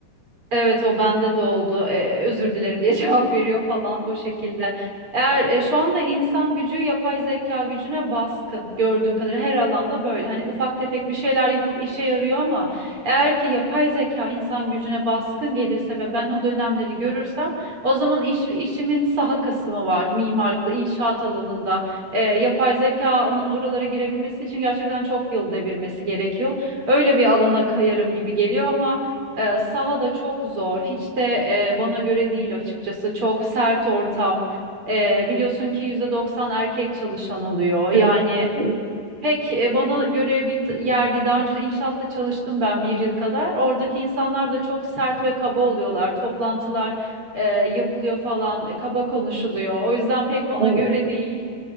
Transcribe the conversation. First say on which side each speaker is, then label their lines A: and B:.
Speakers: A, on the right (about 40°); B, on the right (about 20°).
A: Evet o bende de oldu. Ee, özür dilerim diye <laughs> cevap veriyor falan o şekilde. Eğer e, şu anda insan gücü yapay zeka gücüne baskın gördüğüm kadarıyla her alanda böyle. Hani ufak tefek bir şeyler yapıp işe yarıyor ama eğer ki yapay zeka insan gücüne baskın gelirse ve ben o dönemleri görürsem o zaman iş, işimin saha kısmı var. Mimarlıkta, inşaat alanında Ee, yapay zekanın oralara girebilmesi için gerçekten çok yıl devirmesi gerekiyor. Öyle bir alana kayarım gibi geliyor ama ee, saha da çok zor. Hiç de e, bana göre değil açıkçası. Çok sert ortam. Ee, biliyorsun ki %90 erkek çalışan oluyor. Yani
B: Evet. doğru.
A: pek e, bana göre bir t- yer değil. Daha önce de inşaatta çalıştım ben bir yıl kadar. Oradaki insanlar da çok sert ve kaba oluyorlar. Toplantılar e, yapılıyor falan. e, Kaba konuşuluyor. O yüzden pek bana
B: Doğru.
A: göre değil.